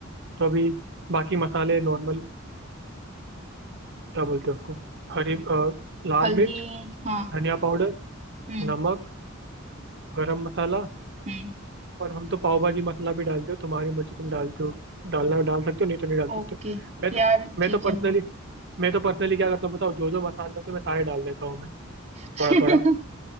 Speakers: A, on the right; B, on the right.
A: तो अभी बाकी मसाले नॉर्मल क्या बोलते हैं उसको हरी अ, लाल
B: हल्दी
A: मिर्च
B: हाँ
A: धनिया पाउडर
B: हम्म
A: नमक गरम मसाला
B: हम्म
A: और हम तो पाव भाजी मसाला भी डालते हो तुम्हारी मर्जी तुम डालते हो डालना डाल सकते हो नहीं तो नहीं डाल सकते
B: ओके
A: हो मैं
B: यार
A: तो मैं
B: ठीक
A: तो
B: है
A: पर्सनली मैं तो पर्सनली क्या करता हूँ बताओ जो जो मसाले होते हैं मैं सारे डाल देता हूँ मैं
B: हाँ
A: थोड़ा थोड़ा
B: <laughs>